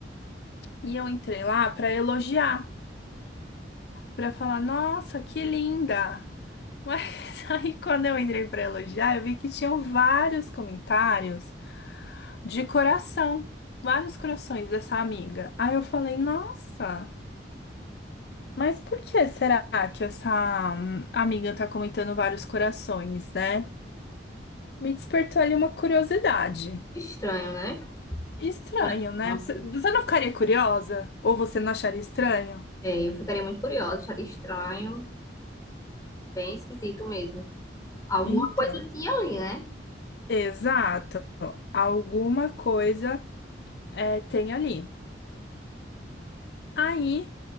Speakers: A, on the left (about 60°); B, on the left (about 20°).
A: E eu entrei lá pra elogiar, pra falar, nossa, que linda! Mas <laughs> aí quando eu entrei pra elogiar, eu vi que tinham vários comentários de coração, vários corações dessa amiga. Aí eu falei, nossa, mas por que será que essa hum, amiga tá comentando vários corações, né? Me despertou ali uma curiosidade.
B: estranho, né?
A: Estranho,
B: Coração.
A: né? Você você não ficaria curiosa? Ou você não acharia estranho?
B: É, eu ficaria muito curiosa, acharia estranho, bem esquisito mesmo. Alguma
A: Então,
B: coisa tinha ali, né?
A: exato. Alguma coisa é, tem ali. Aí